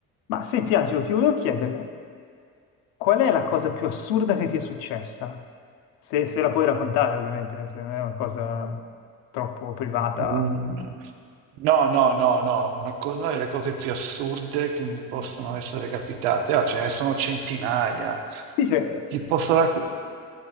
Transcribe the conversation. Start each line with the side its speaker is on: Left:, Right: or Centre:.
Left: Ma senti Angelo, ti volevo chiedere, qual è la cosa più assurda che ti è successa? Se, se la puoi raccontare, ovviamente, eh, se non è una cosa troppo privata.
Right: Un- No, no, no, no, una, co- una delle cose più assurde che mi possono essere capitate, ah, ce ne sono centinaia.
Left: Sì, cioè,
Right: Ti posso rac-